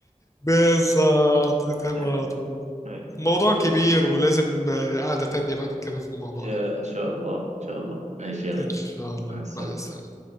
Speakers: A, on the left; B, on the right.
A: بالظبط تمام
B: هاي
A: على طول
B: هاي
A: الموضوع كبير ولازم آه، قعدة تانية بقى نتكلم في الموضوع
B: آه،
A: ده
B: ان شاء الله ان شاء الله ماشي يا غالي
A: إن شاء الله
B: مع السلامة
A: مع السلامة